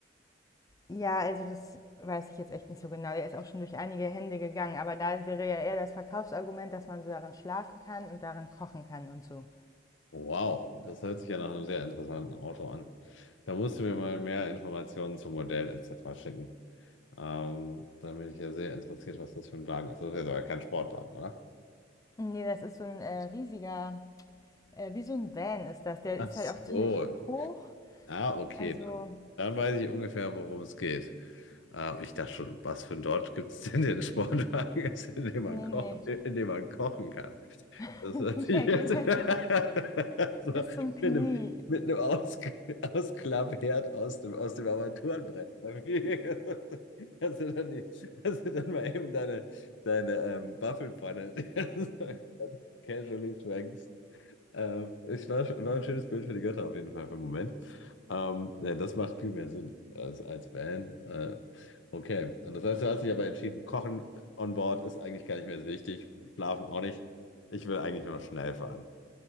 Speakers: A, on the left; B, on the left.
A: Ja, also das weiß ich jetzt echt nicht so genau. Der ist auch schon durch einige Hände gegangen, aber da wäre ja eher das Verkaufsargument, dass man so darin schlafen kann und darin kochen kann und so.
B: Wow, das hört sich ja nach einem sehr interessanten Auto an. Da musst du mir mal mehr Informationen zum Modell etc. schicken. Ähm, da bin ich ja sehr interessiert, was das für ein Wagen ist. Das ist jetzt aber kein Sportwagen, oder?
A: Nee, das ist so ein äh, riesiger, äh, wie so ein Van ist das. Der
B: Ach
A: ist
B: so.
A: halt auch ziemlich hoch.
B: Ah, okay.
A: Also,
B: Dann, dann weiß ich ungefähr, worum es geht. Ähm, ich dachte schon, was für ein Dodge gibt es denn, den Sportwagen ist, in dem
A: nee,
B: man koch,
A: nee,
B: in dem man kochen kann?
A: <laughs>
B: Das hört sich
A: der
B: jetzt
A: geht
B: <laughs>
A: halt so
B: so
A: bis
B: mit
A: zum Knie.
B: einem, mit einem Aus Ausklappherd aus dem, aus dem Armaturenbrett. <laughs> Hast du dann, die, hast du dann mal eben deine, deine ähm, Waffelpfanne <laughs> casually schwenkst. Äh, ich war, war ein schönes Bild für die Götter auf jeden Fall für den Moment. Ähm, ja, das macht viel mehr Sinn als, als Van. Äh, okay, und das heißt, du hast dich aber entschieden, Kochen on Board ist eigentlich gar nicht mehr so wichtig, Schlafen auch nicht. Ich will eigentlich nur noch schnell fahren.